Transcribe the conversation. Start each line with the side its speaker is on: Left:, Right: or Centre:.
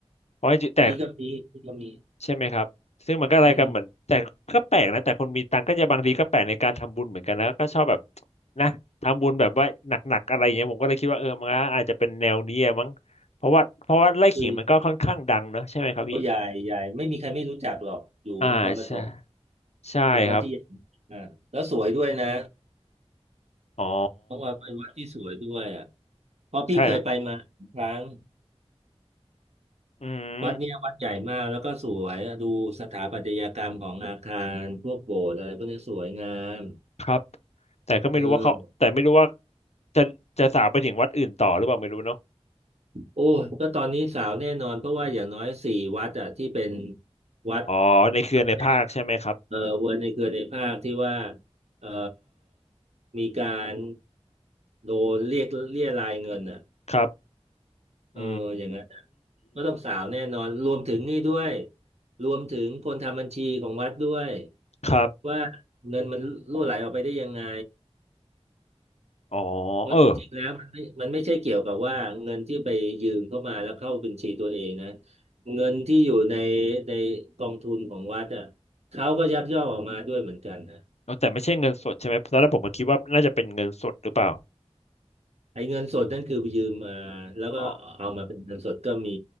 Left: เพราะจริงแต่
Right: พี่ก็มีพี่ก็มี
Left: ใช่ไหมครับ ซึ่งมันก็อะไรกันเหมือนแต่ก็แปลกนะแต่คนมีตังค์ก็จะบางทีก็แปลกในการทำบุญเหมือนกันแล้วก็ชอบแบบ
Right: อืม
Left: นะทำบุญแบบว่าหนักๆอะไรอย่างเงี้ยผมก็เลยคิดว่าเออมันก็อาจจะเป็นแนวนี้อะมั้งเพราะว่าเพราะว่าไล่ขิงมันก็ค่อนข้างดังเนอะใช่ไหมครับพี่
Right: คือ โอ้ยายยายไม่มีใครไม่รู้จักหรอกอยู่นครปฐม
Left: อ่าใช่ใช่ครับ
Right: เป็นวัดที่อ่าแล้วสวยด้วยนะ
Left: อ๋อ
Right: เพราะว่าเป็นวัดที่สวยด้วยอ่ะเพราะพี่เคยไปมาครั้ง
Left: ใช่ครับอืม
Right: วัดเนี้ยวัดใหญ่มากแล้วก็สวยดูสถาปัตยกรรมของอาคารพวกโบสถ์อะไรพวกนี้สวยงาม
Left: ครับแต่ก็ไม่รู้ว่าเขาแต่ไม่รู้ว่า
Right: เออ
Left: จะจะสาวไปถึงวัดอื่นต่อหรือเปล่าไม่รู้เนาะ
Right: โอ้ยก็ตอนนี้สาวแน่นอนเพราะว่าอย่างน้อยสี่วัดอ่ะที่เป็นวัด
Left: อ๋อในเครือในภาคใช่ไหมครับ
Right: เนี่ยเออเวอร์ในเครือในภาคที่ว่าเออมีการโดนเรียกเรียรายเงินอ่ะ
Left: ครับ
Right: เอออย่างนั้นน่ะ
Left: อื
Right: ก็ต้องสาวแน่นอนรวมถึงนี่ด้วย
Left: ม
Right: รวมถึงคนทำบัญชีของวัดด้วย
Left: ครับ
Right: ว่าเงินมันรั่วไหลออกไปได้ยังไง
Left: อ๋อ
Right: เพราะจริงๆแล้วมันไม่มันไม่ใช่เกี่ยวกับว่าเงินที่ไปยืมเข้ามาแล้วเข้าบัญชีตัวเองนะ
Left: เออ
Right: เงินที่อยู่ในในกองทุนของวัดอ่ะเขาก็ยักยอกออกมาด้วยเหมือนกันนะ
Left: เอาแต่ไม่ใช่เงินสดใช่ไหมตอนแรกผมก็คิดว่าน่าจะเป็นเงินสดหรือเปล่า
Right: ไอ้เงินสดนั่นคือยืมมาแล้วก็เอามาเป็นเงินสดก็มี
Left: อ๋อ